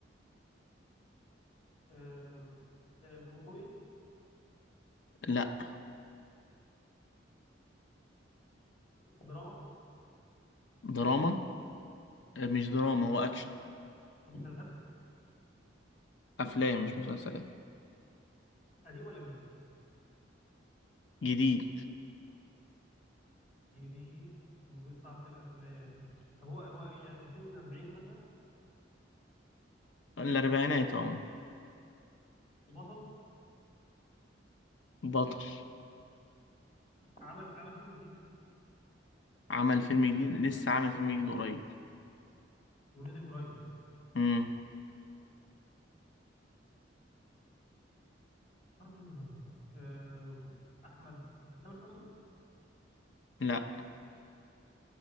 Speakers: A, on the left; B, on the left.
A: آم، آم، كوميدي
B: لا
A: دراما
B: دراما آه، مش دراما هو اكشن
A: يعني مسلسلات
B: افلام مش مسلسلات
A: قديم ولا جديد؟
B: جديد
A: جديد وبيطلع في الافلام طب هو هو إيه في سن 40 مثلا
B: الاربعينات اه
A: بطل
B: بطل
A: عمل عمل فيلم جديد
B: عمل فيلم جديد لسه عامل فيلم جديد قريب
A: ونزل قريب
B: امم
A: ترى مين الراجل ده؟ آم، احمد تامر حسني
B: لا